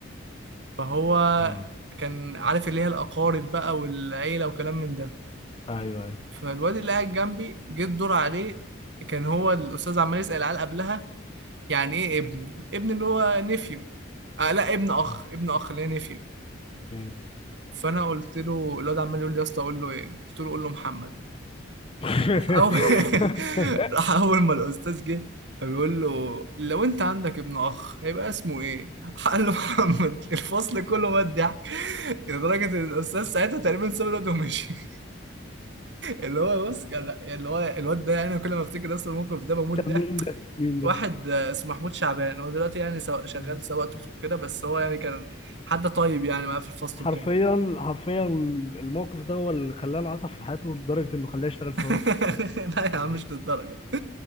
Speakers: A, on the right; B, on the left.
A: فهو
B: اه
A: كان عارف اللي هي الأقارب بقى والعيلة وكلام من ده
B: ايوه ايوه
A: فالواد اللي قاعد جنبي جه الدور عليه كان هو الأستاذ عمال يسأل العيال قبلها يعني إيه ابن؟ ابن اللي هو نفيو آه لا ابن أخ
B: مم.
A: ابن أخ اللي هي نفيو
B: مم.
A: فأنا قلت له الواد عمال يقول لي يا اسطى أقول له إيه؟ قلت له قول له محمد
B: <laughs>
A: راح اول <laughs> راح اول ما الاستاذ جه فبيقول له لو انت عندك ابن اخ هيبقى اسمه ايه؟ <laughs> راح قال له محمد <laughs> الفصل كله مات ضحك لدرجه ان الاستاذ ساعتها تقريبا ساب الواد ومشي <laughs> اللي هو بص كان اللي هو الواد ده يعني انا كل ما افتكر اصلا الموقف ده بموت
B: كان
A: ده
B: مين ده مين ده
A: واحد آه، اسمه محمود شعبان هو دلوقتي يعني سوا- شغال
B: آه.
A: سواق توك توك كده بس هو يعني كان حد طيب يعني معاه في الفصل
B: حرفيا
A: وكده
B: حرفيا الموقف ده هو اللي خلاه انعطف في حياته لدرجة انه خلاه يشتغل سواق
A: <laughs>
B: توك
A: لا يا
B: توك.
A: عم مش للدرجة